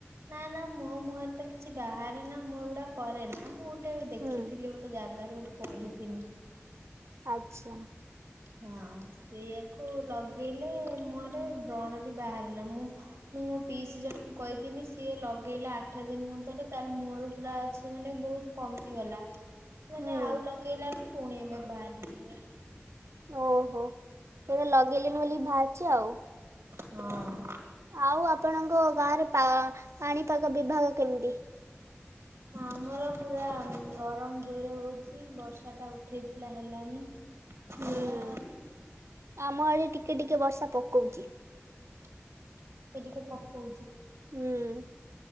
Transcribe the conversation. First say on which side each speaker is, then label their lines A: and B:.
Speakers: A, on the right; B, on the right.
A: ନା ନା ମୋ ମୁହଁରେ ତ କିଛି ବାହାରେନା ମୁଁ ଏଗୁଡା କରେ ନା ମୁଁ ଗୋଟେ ଦେଖିଥିଲି
B: ହୁଁ
A: ଗଟେ ଗୋଟେ ଜାଗାରେ ଗୋଟେ ପଢିଥିଲି।
B: ଆଚ୍ଛା।
A: ହଁ ସେଇଆକୁ ଲଗେଇଲେ ମୁହଁରେ ବ୍ରଣ ବି ବାହାର ନା ମୁଁ। ମୁଁ ମୋ ପିଇସି ଜଣଙ୍କୁ କହିଥିଲି ସିଏ ଲଗେଇଲା ଆଠ ଦିନ କଥର ତାର ମୁହଁରୁ ପୁରା ଅଛି ମାନେ ବହୁତ କମିଗଲା ମାନେ
B: ହୁଁ
A: ଆଉ ଲଗେଇଲାନି ପୁଣି ଏବେ ବାହାରିଚି ପୁରା।
B: ଓହୋ ପୁରା ଲଗେଇଲିନି ବୋଲି ବାହାରିଛି ଆଉ।
A: ହଁ।
B: ଆଉ ଆପଣଙ୍କ ଗାଁରେ ପା ପାଣିପାଗ ବିଭାଗ କେମିତି?
A: ହଁ ଆମର ପୁରା ଗରମ ଜୋରେ ହଉଚି ବର୍ଷା ଟା ଉଠେଇଥିଲା ହେଲାନି।
B: ହୁଁ
A: ଏଇଆ
B: ଆମ ଆଡ ଟିକେ ଟିକେ ବର୍ଷା ପକଉଚି।
A: ଟିକେ ଟିକେ ପକଉଚି।
B: ହୁଁ।